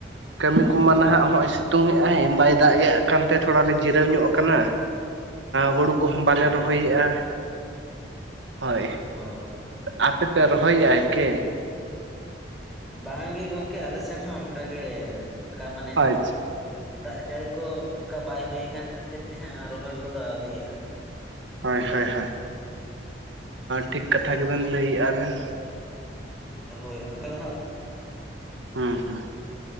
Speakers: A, on the right; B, in the centre.
A: ᱠᱟᱹᱢᱤ ᱠᱚᱢᱟ ᱱᱟᱦᱟᱜ ᱦᱚᱸᱜᱼᱚᱭ ᱥᱤᱛᱩᱝ ᱮᱫ-ᱟᱭ ᱵᱟᱭ ᱫᱟᱜ ᱮᱫ ᱠᱟᱱᱛᱮ ᱛᱷᱚᱲᱟ ᱞᱮ ᱡᱤᱨᱟᱹᱣ ᱧᱚᱜ ᱟᱠᱟᱱᱟ
B: <unintelligible>
A: ᱦᱩᱲᱩ ᱠᱚᱦᱚᱸ ᱵᱟᱞᱮ
B: ᱚ
A: ᱨᱚᱦᱚᱭᱮᱫᱼᱟ,
B: ᱚ
A: ᱦᱳᱭ
B: ᱚ
A: ᱟᱯᱮ ᱯᱮ ᱨᱚᱦᱚᱭᱮᱫ-ᱟ ᱠᱮ
B: ᱵᱟᱝ ᱜᱮ ᱜᱚᱝᱠᱮ ᱟᱞᱮ ᱥᱮᱱ ᱦᱚᱸ ᱚᱱᱠᱟ ᱜᱮ ᱚᱱᱠᱟ ᱢᱟᱱᱮ
A: ᱟᱪᱪᱷᱟ
B: ᱫᱟᱜ ᱡᱟᱹᱲᱤ ᱠᱚ ᱚᱱᱠᱟ ᱵᱟᱭ ᱦᱩᱭ ᱟᱠᱟᱱ ᱠᱷᱟᱹᱛᱤᱨ ᱛᱮ ᱦᱟᱸᱜ ᱨᱚᱦᱚᱭ ᱠᱚᱫᱚ ᱟᱹᱣᱨᱤᱭᱟᱜᱼᱟ
A: ᱦᱳᱭ ᱦᱳᱭ ᱦᱳᱭ ᱴᱷᱤᱠ ᱠᱟᱛᱷᱟ ᱜᱮ ᱵᱮᱱ ᱞᱟᱹᱭᱮᱫᱼᱟᱵᱮᱱ
B: ᱦᱳᱭ ᱚᱱᱠᱟ ᱫᱚ ᱦᱟᱸᱜ
A: ᱦᱮᱸ ᱦᱮᱸ